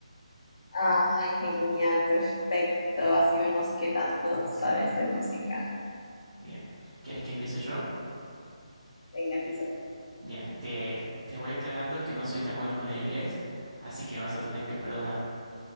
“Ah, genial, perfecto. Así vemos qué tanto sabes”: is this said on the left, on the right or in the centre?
Left